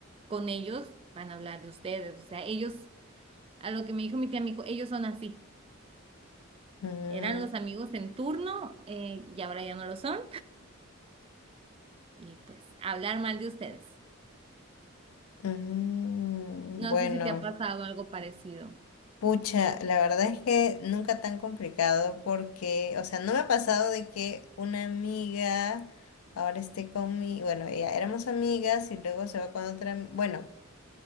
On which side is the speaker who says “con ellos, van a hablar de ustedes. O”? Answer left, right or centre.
Right